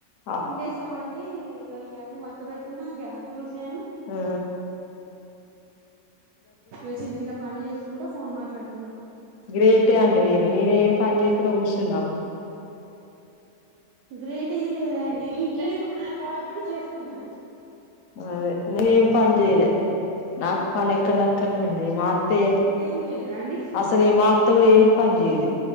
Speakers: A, on the left (about 65°); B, on the right (about 85°).
A: ఆ
B: పిండేసామండి ఇగ ఇయన్నీ మడత పెడుతున్నా గ్యాస్ తుడిసాను
A: ఆ
B: ఇగ చిన్న చిన్న పనులు చేసుకుంటా ఫోన్ మాట్లాడుతున్నా
A: గ్రేటే అండి మీరు నేనే ఏమి పని చేయకుండా కూర్చున్నా
B: గ్రేట్ ఏం లేదండి ఇంట్లోనే ఉన్నాను కాబట్టి చేస్తున్నా
A: అదే నేం పని చేయలే నాకు పని ఎక్కడి దక్కడనే ఉంది మా తే
B: ఇంకేం చేయలేదా అండి
A: అసలు ఏ మాత్త కూడా ఏం పని చేయలే